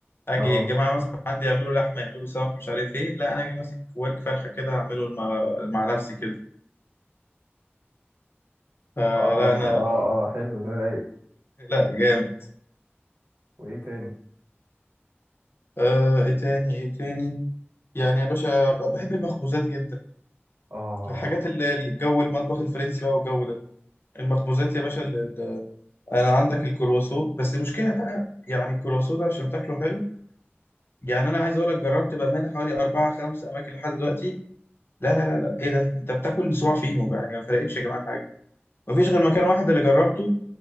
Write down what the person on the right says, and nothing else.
اه
اه
اه اه حلو ده رايق
وايه تاني
اه